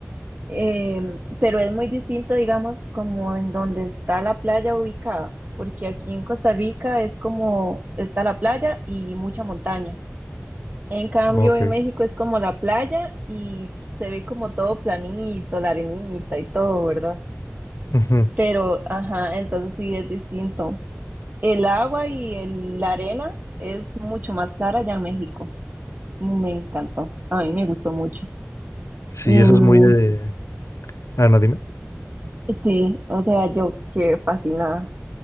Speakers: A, on the right (about 40°); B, on the left (about 85°).
A: Eh, pero es muy distinto, digamos, como en donde está la playa ubicada, porque aquí en Costa Rica es como está la playa y mucha montaña. En cambio,
B: Ok.
A: en México es como la playa y se ve como todo planito, la arenita y todo, ¿verdad?
B: Ujú.
A: Pero, ajá, entonces sí es distinto. El agua y el- la arena es mucho más clara allá en México. Me encantó, a mí me gustó mucho.
B: Sí,
A: Y
B: eso
A: mm,
B: es muy de... Ah, no, dime.
A: sí, o sea, yo quedé fascinada.